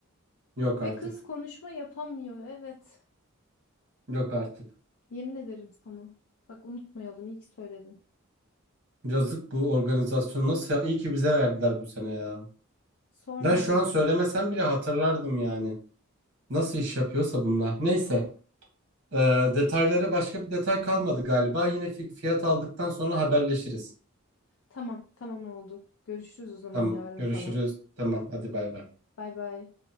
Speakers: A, on the right (about 55°); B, on the left (about 70°).
A: Yok
B: Ve
A: artık.
B: kız konuşma yapamıyor. Evet.
A: Yok artık.
B: Yemin ederim sana. Bak unutmayalım. iyi ki söyledin.
A: Yazık bu organizasyon nasıl ya? İyi ki bize verdiler bu sene ya.
B: Sorma.
A: Ben şu an söylemesem bile hatırlardım yani. Nasıl iş yapıyorsa bunlar. Neyse. Ee, detayları başka bir detay kalmadı galiba. Yine fi- fiyat aldıktan sonra haberleşiriz.
B: Tamam, tamam oldu. Görüşürüz o zaman
A: Tamam.
B: yarın
A: Görüşürüz.
B: falan.
A: Tamam. Hadi bay bay.
B: Bay bay.